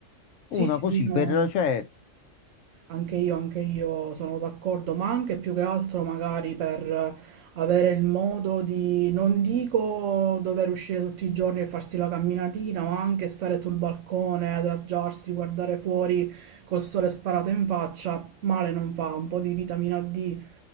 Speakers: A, on the right (about 75°); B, on the left (about 80°).
A: Sì,
B: Una
A: sì,
B: così
A: sì, no.
B: per, cioè,
A: Anche io, anche io sono d'accordo, ma anche più che altro magari per avere il modo di, non dico dover uscire tutti i giorni e farsi la camminatina, ma anche stare sul balcone, adagiarsi, guardare fuori col sole sparato in faccia, male non fa, un po' di vitamina D,